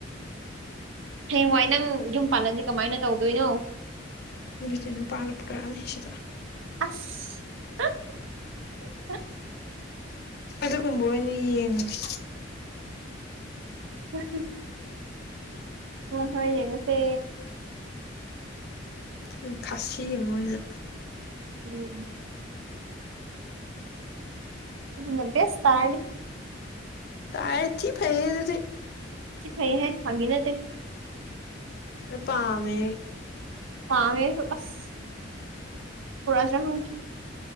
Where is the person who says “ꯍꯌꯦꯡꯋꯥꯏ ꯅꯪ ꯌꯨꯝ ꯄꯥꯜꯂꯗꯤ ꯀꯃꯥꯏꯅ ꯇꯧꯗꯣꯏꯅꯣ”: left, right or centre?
Right